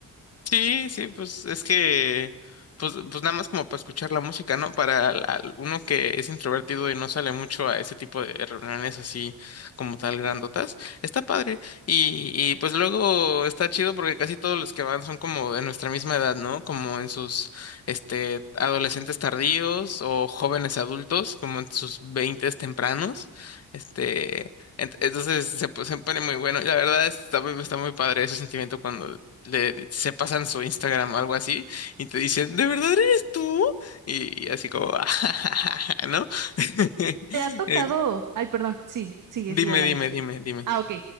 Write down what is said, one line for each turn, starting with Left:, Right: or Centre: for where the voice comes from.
Left: Sí, sí, pues es que, pues, pues nada más como para escuchar la música, ¿no? Para al- al- uno que es introvertido y no sale mucho a ese tipo de reuniones así como tal grandotas, está padre. Y, y pues luego está chido porque casi todos los que van son como de nuestra misma edad, ¿no? Como en sus, este, adolescentes tardíos o jóvenes adultos, como en sus veintes tempranos, este... Ent- Entonces se, po- se pone muy bueno. Y la verdad es- está muy, está muy padre ese sentimiento cuando le se pasan su Instagram, algo así, y te dicen, ¿de verdad eres tú? Y, y así como, <laughs> ¿no? <laughs>
Right: ¿Te ha tocado?
Left: Es-
Right: Ay, perdón, sí, sigue,
Left: Dime,
Right: sigue hablando
Left: dime,
Right: si quieres.
Left: dime, dime.
Right: Ah, ok,